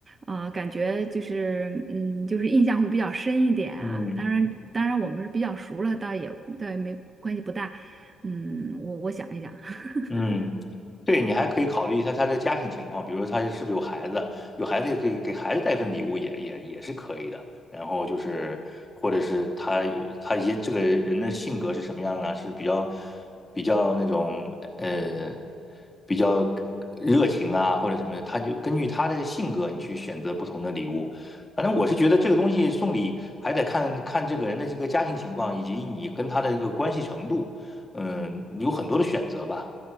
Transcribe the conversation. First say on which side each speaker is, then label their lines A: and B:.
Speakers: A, on the right; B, on the left.
A: 呃，感觉就是，嗯，就是印象会比较深一点啊。
B: 嗯，
A: 当然，当然我们是比较熟了，倒也倒也没关系不大。嗯，我我想一想。<laughs>
B: 嗯，对，你还可以考虑一下他的家庭情况，比如说他是不是有孩子，有孩子也可以给孩子带份礼物也，也也是可以的。然后就是，或者是他有他一些这个人的性格是什么样啊？是比较比较那种呃比较热情啊，或者什么的，他就根据他的性格，你去选择不同的礼物。反正我是觉得这个东西送礼还得看看这个人的这个家庭情况，以及你跟他的一个关系程度。嗯，有很多的选择吧。